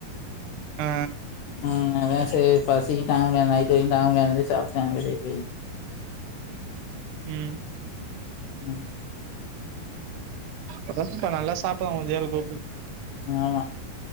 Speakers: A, on the right (about 70°); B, on the left (about 70°).
A: ஆ
B: ம் அதா சேர் பசி தாங்க முடியாம நைட்டு வெரியு தாங்காதுனு சாப்ட வெளிய போய்
A: ம்
B: ம்
A: அதாங்கா நல்லா சாப்புறா உதயா கோகுல்
B: ஆமா